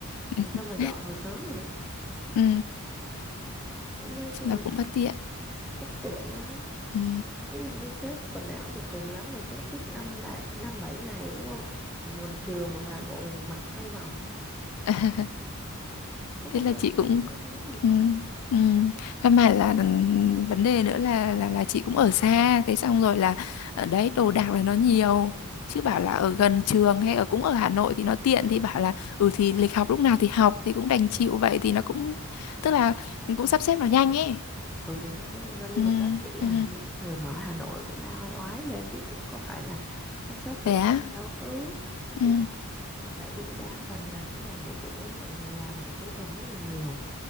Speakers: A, on the left; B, in the centre.
A: <laughs>
B: làm sao mà dọn vào sớm được
A: ừ
B: Nên nói
A: chúng
B: chung
A: ta cũng
B: là
A: bất tiện
B: bất tiện lắm
A: ừ.
B: ví dụ như xếp quần áo thì cùng lắm là xếp trước năm bảy năm bảy ngày đúng không thì mình chừa một vài bộ mình mặc xoay vòng
A: <laughs>
B: Ừ. không
A: thế
B: thể
A: là
B: nào
A: chị
B: sắp
A: cũng
B: mấy tháng được
A: ừ, ừ. Căn bản là ừ, vấn đề nữa là là là chị cũng ở xa thế xong rồi là ở đấy đồ đạc là nó nhiều chứ bảo là ở gần trường hay ở cũng ở Hà Nội thì nó tiện thì bảo là ừ thì lịch học lúc nào thì học thì cũng đành chịu vậy thì nó cũng tức là mình cũng sắp xếp nó nhanh ấy
B: ừ thì sắp xếp nhanh hơn nhưng
A: ừ,
B: mà đó chỉ
A: ừ.
B: là những cái người mà ở Hà Nội cũng lao oai oái lên chứ cũng có phải là sắp xếp được
A: thế á
B: đâu ừ có
A: ừ,
B: nghĩa là, ừ, tại vì đa phần là cái ngành của chị á, mọi người làm vào cuối tuần rất là nhiều